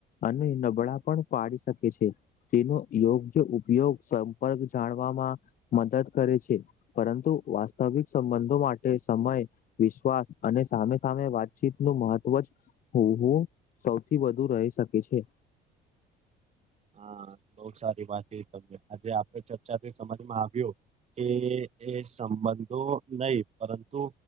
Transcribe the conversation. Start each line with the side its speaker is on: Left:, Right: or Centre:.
Left: અને નબળા પણ પાડી શકે છે. તેનો યોગ્ય ઉપયોગ સંપર્ક જાણવામાં મદદ કરે છે પરંતુ વાસ્તવિક સંબંધો માટે સમય વિશ્વાસ અને સામે સામે વાતચીત નું મહત્વ જ હું હું સૌથી વધુ રહી શકે છે
Right: હા બો સારી વાત <unintelligible> આજે આ ચર્ચા <inaudible> સમજમાં આવ્યો એ એ બંધો નઈ પરંતુ